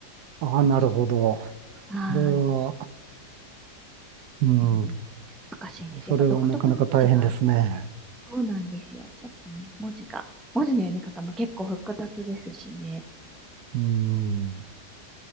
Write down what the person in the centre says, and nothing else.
はーい。
うん難しいんですよ。
やっぱ独特な文字がある。そうなんですよ。ちょっとね、文字が、文字の読み方も結構複雑ですしね。